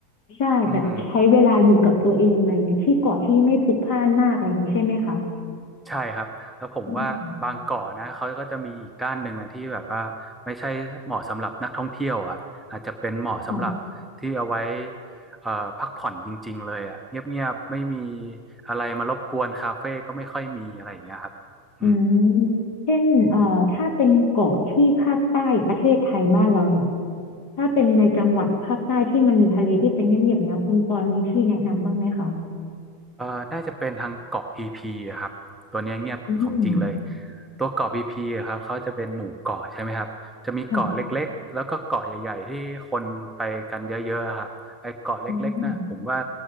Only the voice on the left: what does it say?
ใช่แบบใช้เวลาอยู่กับตัวเองอะไรเงี้ยที่เกาะที่ไม่พลุกพล่านมากอะไรอย่างนี้ใช่ไหมคะ
อืมอ๋อ
อืมเช่นเอ่อถ้าเป็นเกาะที่ภาคใต้ประเทศไทยบ้านเราเนี่ยถ้าเป็นในจังหวัดภาคใต้ที่มันมีทะเลที่เป็นเงียบๆเนี่ยคุณปอนมีที่แนะนำบ้างไหมคะ
อืม
ค่ะ
อืม